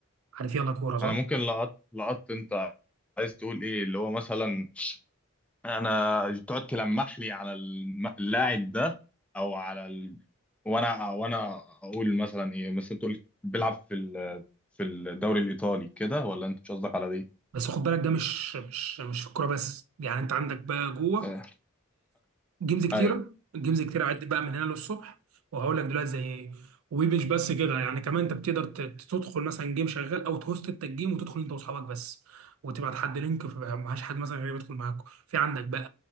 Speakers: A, on the right; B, in the centre.
A: عارف يلا كوره صح
B: انا ممكن لقط لقطت انت عايز تقول ايه اللي هو مثلا انا تقعد تلمح لي على الم- اللاعب ده او على ال... وانا وانا اقول مثلا ايه مثلا تقول بيلعب في ال... في الدوري الايطالي كده ولا انت مش قصدك على دي
A: بس خد بالك ده مش مش مش في الكوره بس يعني انت عندك بقى جوه
B: آه،
A: جيمز كتيره
B: ايوه
A: جيمز كتيره عدت بقى من هنا للصبح وهقول لك دلوقتي زي ايه ومش بس كده يعني كمان انت بتقدر ت- تدخل مثلا جيم شغال او تهوست انت الجيم وتدخل انت واصحابك بس وتبعت حد لينك فبقى معهاش حد مثلا غير يدخل معاكم في عندك بقى